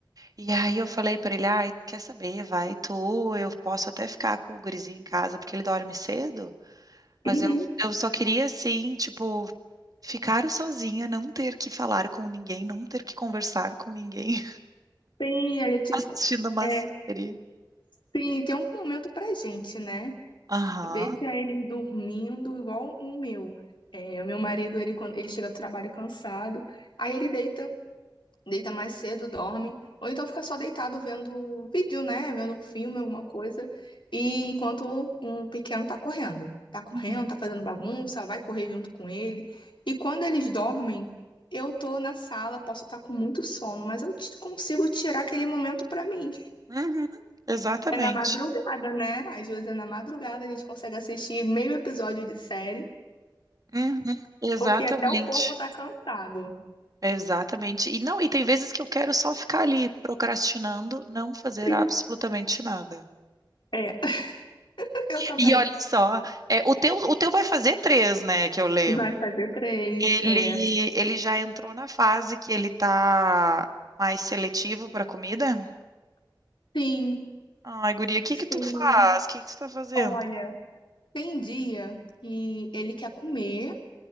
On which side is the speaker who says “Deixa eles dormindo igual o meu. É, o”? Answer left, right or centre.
Left